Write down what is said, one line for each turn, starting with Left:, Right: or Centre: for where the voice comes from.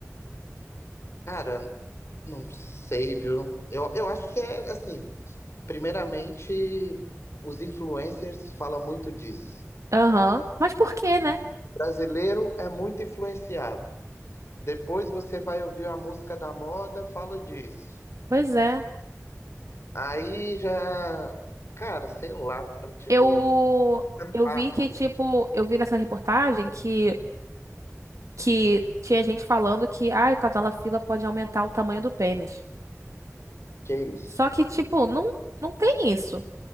Left: Cara, não sei, viu? Eu, eu acho que é assim. Primeiramente, os influencers falam muito disso.
Right: Aham. Mas por quê, né?
Left: O brasileiro é muito influenciado. Depois você vai ouvir a música da moda, fala disso.
Right: Pois é.
Left: Aí já, cara, sei lá, sabe, tipo,
Right: Eu eu
Left: Farna,
Right: vi que tipo, eu vi nessa reportagem que que tinha gente falando que ah, o Tadalafila pode aumentar o tamanho do pênis.
Left: que isso?
Right: Só que tipo, não não tem isso,